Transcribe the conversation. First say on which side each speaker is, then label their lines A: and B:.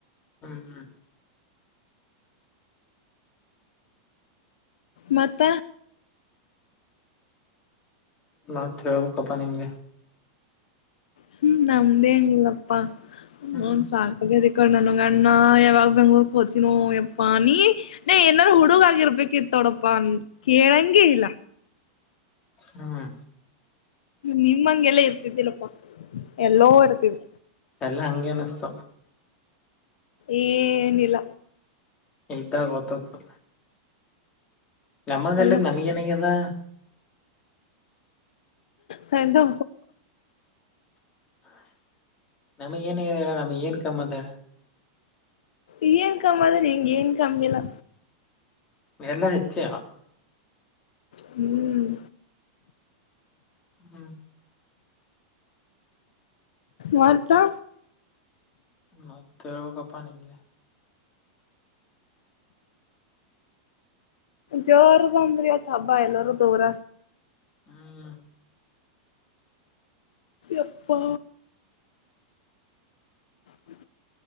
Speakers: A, on the left (about 20°); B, on the left (about 85°).
A: ಹ್ಮ್ ಹ್ಮ್
B: ಮತ್ತ
A: ಮ ಹೇಳ್ಬೇಕಪ್ಪಾ ನಿಮ್ಗೆ
B: ಹ್ಮ್ ನಮ್ದೇ ಹೆಂನಿಮಲ್ಲಪ್ಪಾ
A: ಹ್ಮ್
B: ಹ ಸಾಕ ಕಣ್ಣನಗೆ ಅಣ್ಣ ಯಾವಾಗ ಬೆಂಗ್ಳೂರ್ ಹೋತನೋ ಯಪ್ಪ ನೀ ನ ಏನಾರು ಹುಡುಗ ಆಗಿರ್ಬೇಕಿತ್ತ ತೊಡಪ್ಪ ಅ ಕೇಳಂಗ ಇಲ್ಲ
A: ಹ್ಮ್
B: ನಿಮ್ಮ ಹಂಗೆಲ್ಲ ಇರ್ತಿದ್ದಿಲ್ಲಪ್ಪಾ ಎಲ್ಲೋ ಇರ್ತಿದ್
A: ಎಲ್ಲ ಹಂಗೆ ಅನಸ್ತ
B: ಏನಲ
A: ಇದ್ದಾಗ ಗೊತ್ತತ್ತು ನಮ್ಮ
B: ಹಲೋ
A: ಗಲ್ಲಕ್ ನಮಗೆನಗೆದಾ
B: ಹನು
A: ನಮಗ್ ಏನ್ಡ ನಮಗ್ ಏನ್ ಕಮ್ಮದಡ
B: ಏನ್ ಕಮ್ಮಾದ ನೀಂಗ ಏನ್ ಕಮ್ಮಿಲ್ಲಾ
A: ಎಲ್ಲ ಹೆಚ್ಚ
B: ಹ್ಮ್
A: ಹ್ಮ್
B: ವರ್ತಾ
A: ಮತ್ತೆ ಕಪ್ಪ ನಿಮಲೆ
B: ಜೋರ ಬಂದ್ರರಿ ಒತ್ತು ಹಬ್ಬಾ ಎಲ್ಲಾರೂ ದೋರ
A: ಹ್ಮ
B: ಎಪ್ಪ ಹ